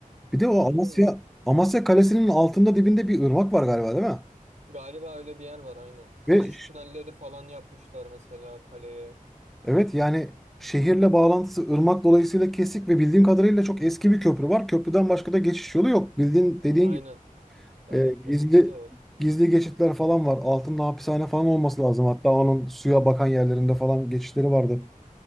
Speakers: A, in the centre; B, on the right.
A: Bir de o
B: Anladın
A: Amasya
B: mı?
A: Amasya Kalesi'nin altında dibinde bir ırmak var galiba değil mi?
B: Galiba öyle bir yer var aynen. Kaçış
A: Ve ş-
B: tünelleri falan yapmışlar mesela kaleye.
A: evet yani şehirle bağlantısı ırmak dolayısıyla kesik ve bildiğim kadarıyla çok eski bir köprü var. Köprüden başka da geçiş yolu yok. Bildiğin dediğin
B: Aynen.
A: gibi
B: Aynen
A: e,
B: köprüsü
A: gizli
B: de var.
A: gizli geçitler falan var. Altında hapishane falan olması lazım. Hatta onun suya bakan yerlerinde falan geçişleri vardı.